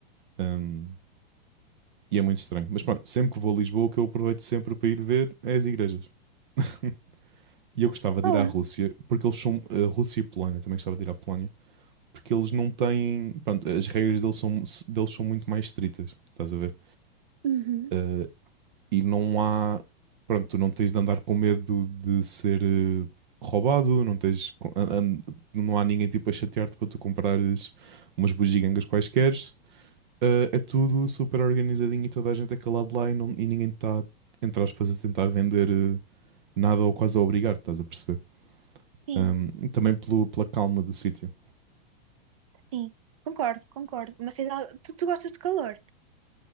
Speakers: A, on the right; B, on the right.
A: Ahm, e é muito estranho. Mas pronto, sempre que vou a Lisboa, o que eu aproveito sempre para ir ver é as igrejas. <laughs> E eu gostava de
B: Boa.
A: ir à Rússia, porque eles são. A Rússia e Polónia, também gostava de ir à Polónia, porque eles não têm. Pronto, as regras deles são, deles são muito mais estritas, estás a ver?
B: Uhum.
A: Eh, e não há. Pronto, tu não tens de andar com medo de ser eh, roubado, não tens. co- an- an- não há ninguém tipo a chatear-te para tu comprares umas bugigangas quaisquer. Eh, é tudo super organizadinho e toda a gente é calado lá e, não, e ninguém está, entre aspas, a tentar vender eh, nada ou quase a obrigar, estás a perceber?
B: Sim,
A: um, e também pelo, pela calma do sítio.
B: sim. Concordo, concordo. Mas tens al- tu, tu gostas de calor?